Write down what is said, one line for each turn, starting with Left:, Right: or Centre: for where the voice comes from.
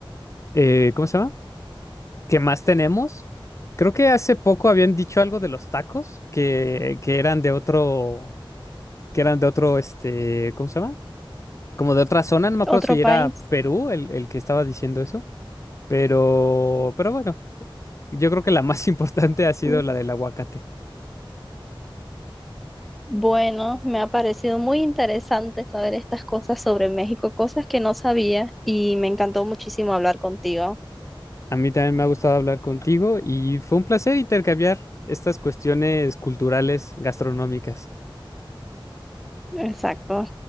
Left: eh, ¿cómo se llama? Que más tenemos. Creo que hace poco habían dicho algo de los tacos que, que eran de otro, que eran de otro, este, ¿cómo se llama? Como de otra zona, no me acuerdo
Centre: Otro
Left: si
Centre: país.
Left: era Perú el, el que estaba diciendo eso, pero, pero bueno, yo creo que la más <laughs> importante ha sido
Centre: Mm.
Left: la del aguacate.
Centre: Bueno, me ha parecido muy interesante saber estas cosas sobre México, cosas que no sabía y me encantó muchísimo hablar contigo.
Left: A mí también me ha gustado hablar contigo y fue un placer intercambiar estas cuestiones culturales gastronómicas.
Centre: Exacto.